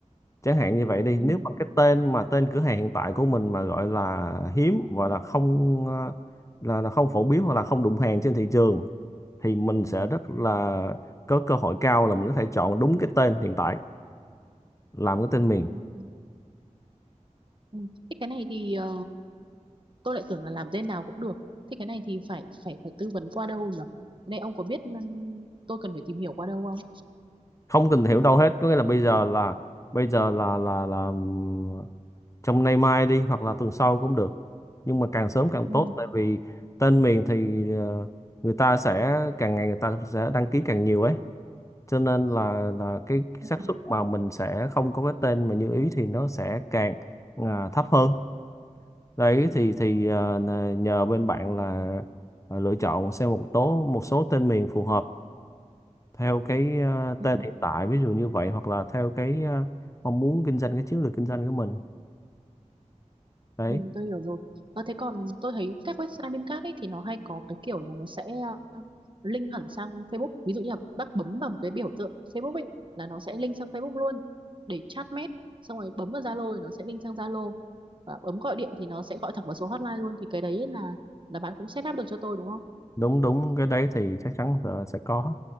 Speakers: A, on the left; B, on the right.
A: chẳng hạn như vậy đi
B: Ừ,
A: nếu mà cái tên mà tên cửa hàng hiện tại của mình mà gọi là hiếm và là không à, là, là không phổ biến hoặc là không đụng hàng trên thị trường thì mình sẽ rất là có cơ hội cao là mình có thể chọn đúng cái tên hiện tại làm cái tên miền
B: ừ, ừ. Thế cái này thì ờ, tôi lại tưởng là làm tên nào cũng được. Thế cái này thì phải phải phải tư vấn qua đâu nhỉ? Cái Này ông có biết ừm, tôi cần phải tìm hiểu qua đâu không?
A: không tìm hiểu đâu hết có nghĩa là bây giờ là bây giờ là là là ừm, trong nay mai đi hoặc là tuần sau cũng được nhưng mà càng sớm càng
B: Ừ.
A: tốt tại vì tên miền thì ờ, người ta sẽ càng ngày người ta sẽ đăng ký càng nhiều ấy cho nên là là cái
B: Ừ.
A: xác suất mà mình sẽ không có cái tên mà như ý thì nó sẽ càng à, thấp hơn đấy thì thì ờ, nhờ bên bạn là ờ, lựa chọn xem một tố một số tên miền phù hợp theo cái ờ,
B: ừ.
A: tên hiện tại ví dụ như vậy hoặc là theo cái ờ, mong muốn kinh doanh cái chiến lược kinh doanh của mình đấy
B: Ừ, tôi hiểu rồi. Ờ, thế còn tôi thấy các website bên khác ấy thì nó hay có cái kiểu là nó sẽ ờ, link hẳn sang Facebook. Ví dụ như là bác bấm vào một cái biểu tượng Facebook ấy là nó sẽ link sang Facebook luôn để chat mét. Xong rồi bấm vào Zalo thì nó sẽ link sang Zalo. Và bấm gọi điện thì nó sẽ gọi thẳng vào số hotline luôn. Thì cái đấy là là bạn cũng set up được cho tôi đúng không?
A: đúng đúng cái đấy thì chắc chắn là sẽ có